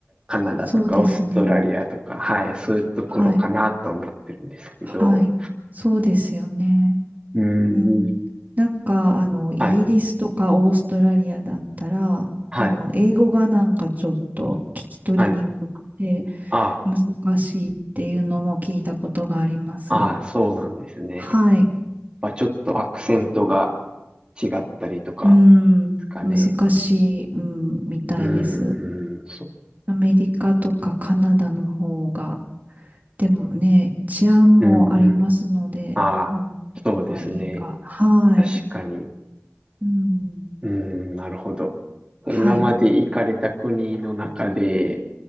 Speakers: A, on the right; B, on the right.
A: カナダとか、
B: そうですね。
A: オーストラリアとか、はい、そういうところかなと思ってるんですけど、
B: はい、はい。そうですよね。
A: うーん、
B: うん。なんか、あの、イギリスとかオーストラリアだったら、
A: はい、はい、
B: あの、英語がなんかちょっと聞き取りにくくて、
A: はい。あ、
B: 難しいっていうのも聞いたことがあります。
A: あ、そうなんですね。
B: はい。
A: まあ、ちょっとアクセントが違ったりとか
B: うん、
A: ですかね。
B: 難しい、うん、みたいです。
A: うん、うん、そ、
B: アメリカとかカナダの方が、でもね、治安もありますので、
A: うん、うん。あ、
B: うん、どこがいいか。
A: そうですね。
B: はい。
A: 確かに。
B: うん、
A: うーん、なるほど。今まで行かれた国の中で、
B: はい。